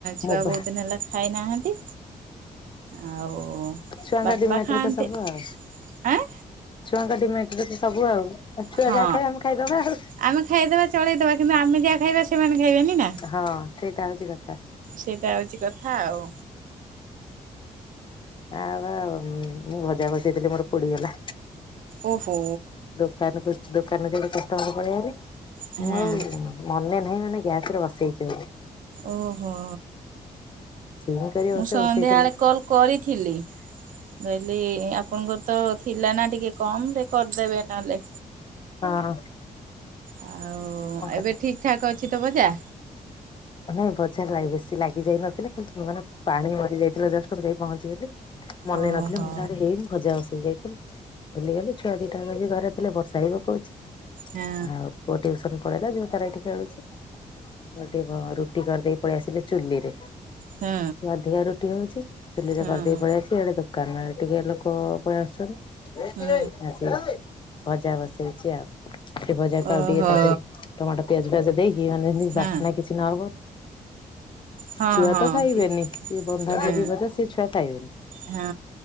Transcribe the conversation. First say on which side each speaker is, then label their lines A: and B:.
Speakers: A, on the right (about 70°); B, on the left (about 35°).
A: ଛୁଆ
B: ମୁଁ ବା
A: ବହୁତ୍ ଦିନି ହେଲା ଖାଇନାହାନ୍ତି। ଆଉ
B: ଛୁଆଙ୍କ
A: ବାପା
B: ଡିମାଣ୍ଟ
A: ଖାଆନ୍ତି
B: ରେ ତ ସବୁ ଆଉ।
A: ଆଁ
B: ଛୁଆଙ୍କ ଡିମାଟ୍ ରେ ସବୁ ଆଉ। ଆଉ ଛୁଆ
A: ହଁ
B: ଯାହା ଖାଇବେ ଆମେ ଖାଇଦବା ଆଉ।
A: ଆମେ ଖାଇଦବା ଚଳେଇଦବା କିନ୍ତୁ ଆମେ ଯାହା ଖାଇବା ସେମାନେ ଖାଇବେନି ନା,
B: ହଁ ସେଇଟା ହଉଛି କଥା
A: ସେଇଟା ହଉଚି କଥା ଆଉ।
B: ଆଉବା ମୁଁ ଭଜା ବସିଇଥିଲି ମୋର ପୋଡିଗଲା।
A: ଓହୋ।
B: ଦୋକାନ କୁ ଦୋକାନରେ କଷ୍ଟମର ପଳେଇ ଆଇଲେ।
A: ହଁ
B: ମୁଁ ଆଉ ମନେ ନାହିଁ, ମାନେ ଗ୍ୟାସ ରେ ବସେଇଚି ବୋଲି।
A: ଓହୋ
B: ସିମ୍ କରିକି
A: ମୁଁ
B: ବସେଇ
A: ସନ୍ଧ୍ୟା
B: ବସେଇଥିଲି
A: ଏଳେ କଲ କରିଥିଲି, କଇଲି ଆପଣଙ୍କର ତ ଥିଲା ନା ଟିକେ କମ୍ ରେ କରିଦେବେ ନଏଲେ।
B: ହଁ
A: ଆଉ
B: କଣ କରିବା।
A: ଏବେ ଠିକ୍ ଠାକ୍ ଅଛି ତ ବଜା।
B: ମାନେ ଭଜା ଲାଗ୍ ବେଶୀ ଲାଗିଯାଇ ନଥିଲା କି ମାନେ ପାଣି ମରି ଯାଇଥିଲା ଜଷ୍ଟ ମୁଁ ଯାଇ ପହଞ୍ଚିଗଲି। ମନେ
A: ଓହୋ
B: ନଥିଲେ, ମୁଁ କହିଲି <unintelligible> ଆଡେ ହେଇ ଭଜା ବସେଇ ଯାଇଥିଲି, ଭୁଲିଗଲି ଛୁଆ ଦିଟା ଘରେ ଥିଲେ ବର୍ଷା ବି ପକୋଉଚି।
A: ହଁ
B: ଆଉ ପୁଅ ଟିଉସନ୍ ପଳେଇଲା, ଝିଅ ତାର ଏଇଠି ଖେଳୁଚି <unintelligible> ରୁଟି କରିଦେଇି ପଳେଇ ଆସିଲି ଚୁଲି ରେ।
A: ହଁ।
B: ଅଧିକା ରୁଟି ହଉଛି ଚୁଲିରେ
A: ହଁ।
B: କରିଦେଇ ପଳେଇ ଆସିଲି। ଆଡେ ତର ଦୋକାନରେ ଟିକେ ଲୋକ ପଳେଇ ଆସୁଛନ୍ତି।
A: ହୁଁ
B: ସେ ଭଜା ବସେଇଛି ଆଉ। ସେ ଭଜାକୁ
A: ଓହୋ
B: ଆଉ ଟିକେ ତାକୁ ଟମାଟୋ ପିଆଜ ପିଆଜ ଦେଇକି ମାନେ ଯେମିତି
A: ହଁ
B: ବାସିନା କିଛି ନହବ
A: ହଁ
B: ଛୁଆ
A: ହଁ
B: ତ ଖାଇବେନି
A: କି
B: ସେ ବନ୍ଧାକୋବି
A: ହଁ।
B: ଭଜା ସେ ଛୁଆ ଖାଇବେନି।
A: ହଁ